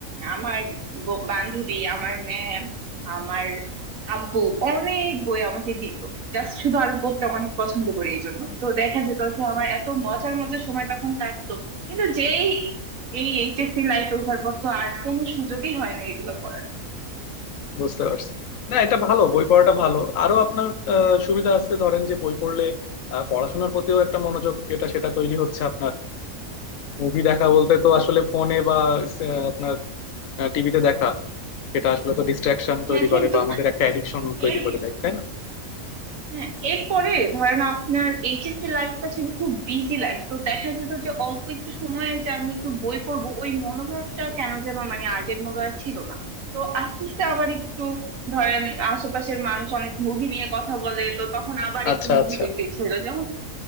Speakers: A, on the right (about 70°); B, on the left (about 75°).
A: আমার ব- বান্ধবী আমার ম্যাম আমার আব্বু অনেক বই আমাকে দিত জাস্ট শুধু আমি পড়তে অনেক পছন্দ করি এই জন্য তো দেখা যেত যে আমার এত মজার মজার সময় তখন কাটতো কিন্তু যেই এই এইচএসসি লাইফে ওঠার পর তো আর কোনো সুযোগই হয় না এগুলো করার
B: বুঝতে পারছি না এটা ভালো বই পড়াটা ভালো আরো আপনার আহ, সুবিধা আছে ধরেন যে বই পড়লে আহ, পড়াশোনার প্রতিও একটা মনোযোগ যেটা সেটা তৈরি হচ্ছে আপনার মুভি দেখা বলতে তো আসলে ফোনে বা আহ, আপনার টিভিতে দেখা এটা আসলে তো ডিস্ট্রাকশন
A: হ্যাঁ
B: তৈরি
A: কিন্তু
B: করে বা আমাদের একটা অ্যাডিকশন তৈরি
A: এর
B: করে দেয় তাই না
A: হ্যাঁ এরপরে ধরেন আপনার এইচএসসি লাইফটা ছিল খুব বিজি লাইফ তো দেখা যেত যে অল্প একটু সময়ে যে আমি একটু বই পড়বো ওই মনোভাবটা কেন যেন মানে আগের মতো আর ছিল না তো আস্তে আস্তে আবার একটু ধরেন আশেপাশের মানুষ অনেক মুভি নিয়ে কথা বলে তো তখন আবার
B: আচ্ছা
A: একটু মুভি
B: আচ্ছা
A: দেখতে ইচ্ছে হলো যেমন